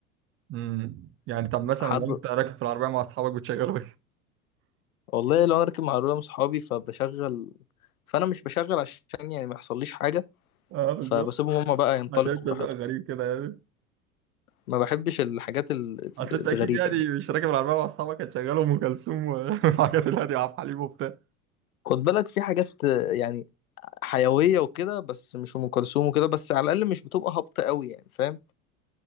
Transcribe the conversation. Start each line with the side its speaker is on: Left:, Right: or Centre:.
Right: امم يعني طب مثلا
Left: حد
Right: لو انت راكب في العربيه مع اصحابك بتشغلوا ايه؟
Left: والله لو انا راكب مع رولة صحابي فبشغل فانا مش بشغل عشان يعني ما يحصليش حاجه
Right: <laughs> اه بالظبط
Left: فبسيبهم هما بقى ينطلقوا
Right: عشان انت ذوقك
Left: براحتهم
Right: غريب كده يعني
Left: ما بحبش الحاجات ال-
Right: اصل انت اكيد
Left: الغريبه
Right: يعني
Left: يعني
Right: مش راكب العربيه مع اصحابك هتشغلوا ام كلثوم و- <laughs> وحاجات الهاديه وعبد الحليم وبتاع
Left: خد بالك في حاجات يعني حيويه وكده بس مش ام كلثوم وكده بس على الاقل مش بتبقى هابطه قوي يعني فاهم